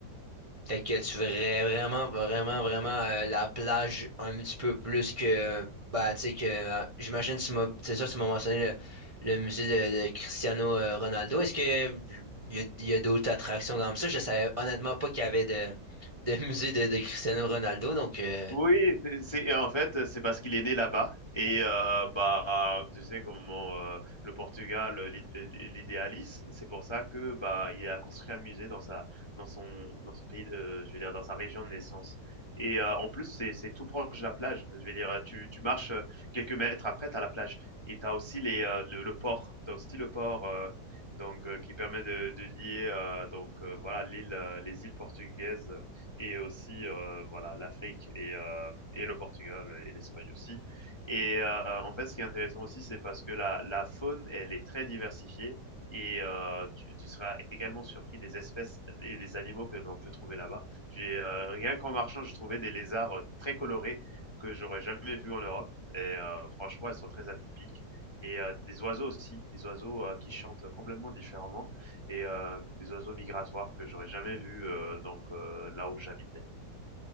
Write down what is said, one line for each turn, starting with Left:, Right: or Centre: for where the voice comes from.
Right: fait que tu verrais vraiment, vraiment, vraiment euh, la plage un petit peu plus que bah tu sais que euh, j'imagine tu m'as c'est ça, tu m'as mentionné le, le musée de, de Cristiano euh, Ronaldo. Est-ce que il y a, il y a d'autres attractions comme ça? Je savais honnêtement pas qu'il y avait de, <laughs> de musée de, de Cristiano Ronaldo, donc euh,
Left: Oui, c'est c'est en fait, c'est parce qu'il est né là-bas et heu, bah, tu sais comment, heu, le Portugal, euh, l'id euh, l'idéalise. C'est pour ça que, bah, il a construit un musée dans sa dans son dans son pays de je veux dire dans sa région de naissance et heu, en plus, c'est c'est tout proche de la plage. Je veux dire, tu tu marches, heu, quelques mètres après, tu as la plage et tu as aussi les, heu, le le port. Tu as aussi le port, heu, donc heu, qui permet de de lier, heu, donc heu, voilà l'île, heu, les îles portugaises et aussi heu, voilà l'Afrique et heu et le Portugal et l'Espagne aussi et heu, en fait, ce qui est intéressant aussi, c'est parce que la la faune, elle est très diversifiée et heu, tu tu seras également surpris des espèces et des animaux que l'on peut trouver là-bas. J'ai, heu, rien qu'en marchant, je trouvais des lézards, heu, très colorés que j'aurais jamais vus en Europe et heu, franchement, elles sont très atypiques et heu, des oiseaux aussi, des oiseaux, heu, qui chantent complètement différemment et euh, des oiseaux migratoires que j'aurais jamais vus euh, donc euh, là où j'habitais.